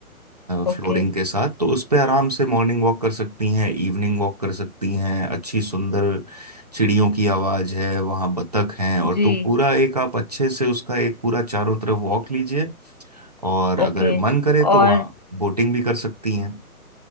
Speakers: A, on the left; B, on the right.
A: ओके
B: फ्लोरिंग के साथ तो उस पे आराम से मॉर्निंग वॉक कर सकती हैं इवनिंग वॉक कर सकती हैं अच्छी सुंदर चिड़ियों की आवाज़ है वहाँ बतख हैं और
A: जी
B: तो पूरा एक आप अच्छे से उसका एक पूरा चारों तरफ वॉक लीजिए और अगर
A: ओके
B: मन करे तो
A: और
B: वहाँ बोटिंग भी कर सकती हैं